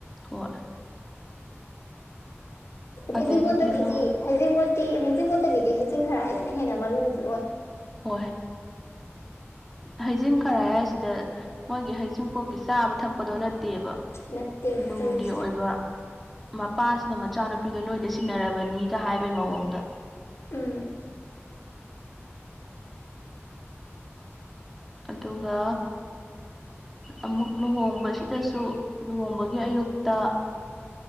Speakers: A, in the centre; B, on the left.
A: ꯍꯣꯏ
B: ꯍꯩꯖꯤꯡꯕꯣꯠꯇꯒꯤꯗꯤ
A: ꯑꯗꯒꯤꯗꯤ ꯂꯨ
B: ꯍꯩꯖꯤꯡꯕꯣꯠꯇꯤ ꯍꯩꯖꯤꯡꯕꯣꯠꯇꯒꯤꯗꯤ ꯍꯩꯖꯤꯡ ꯈꯔꯥꯏꯗꯨꯅ ꯍꯦꯟꯅ ꯃꯔꯨꯗꯤ ꯑꯣꯏ
A: ꯍꯣꯏ ꯍꯩꯖꯤꯡ ꯈꯔꯥꯏ ꯍꯥꯏꯁꯤꯗ ꯃꯣꯏꯒꯤ ꯍꯩꯖꯤꯡꯄꯣꯛꯀꯤ ꯆꯥꯕ ꯊꯛꯄꯗꯣ ꯅꯠ ꯇꯦꯕ
B: ꯅꯠꯇꯦꯕ
A: ꯅꯨꯡꯒꯤ
B: ꯑꯣꯏꯔꯤꯁꯦ
A: ꯑꯣꯏꯕ ꯃꯄꯥꯁꯤꯅ ꯃꯆꯥꯅꯨꯄꯤꯗꯣ ꯅꯣꯏꯗ ꯁꯤꯟꯅꯔꯕꯅꯤꯒ ꯍꯥꯏꯕꯩ ꯃꯑꯣꯡꯗ
B: ꯎꯝ꯫
A: ꯑꯗꯨꯒ ꯑꯃꯨꯛ ꯂꯨꯍꯣꯡꯕꯁꯤꯗꯁꯨ ꯂꯨꯍꯣꯡꯕꯒꯤ ꯑꯌꯨꯛꯇ